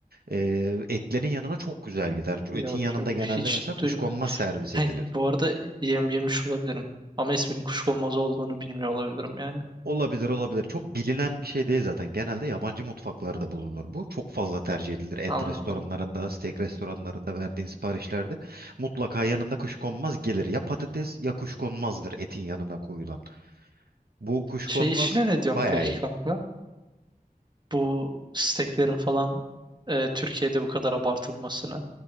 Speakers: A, on the right (about 80°); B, on the right (about 30°).
A: Ee, etlerin yanına çok güzel gider. Çünkü
B: Yok
A: Etin yanında
B: yok
A: genelde
B: hiç
A: mesela kuşkonmaz
B: duyma.
A: servis
B: Hey,
A: edilir.
B: bu arada yem yemiş olabilirim. Ama isminin kuşkonmaz olduğunu bilmiyor olabilirim yani.
A: Olabilir olabilir. Çok bilinen bir şey değil zaten. Genelde yabancı mutfaklarda bulunur bu. Çok fazla tercih edilir. Et
B: Anladım.
A: restoranlarında, steak restoranlarında verdiğin siparişlerde mutlaka yanında kuşkonmaz gelir. Ya patates ya kuşkonmazdır etin yanına koyulan. Bu kuşkonmaz
B: Şey işine ne diyorsun
A: bayağı
B: peki
A: iyi.
B: kanka? Bu steklerin falan e, Türkiye'de bu kadar abartılmasına.